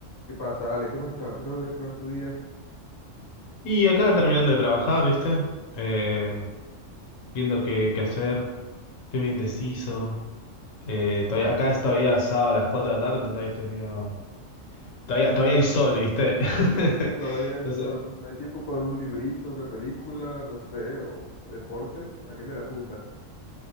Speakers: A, on the left; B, on the left.
A: ¿Qué pasa, Ale? ¿Cómo estás, brother? ¿Qué va tu día?
B: Y acá terminando de trabajar, ¿viste? Eh, viendo qué, qué hacer. Estoy medio indeciso. Eh, todavía, acá es todavía sábado a las 4 de la tarde, entonces todavía estoy medio... Todavía, todavía hay sol, ¿viste? <laughs>
A: Todavía hay
B: Entonces...
A: sol, no hay tiempo para un librito, una película, no sé, o deporte. ¿A qué te le apuntas?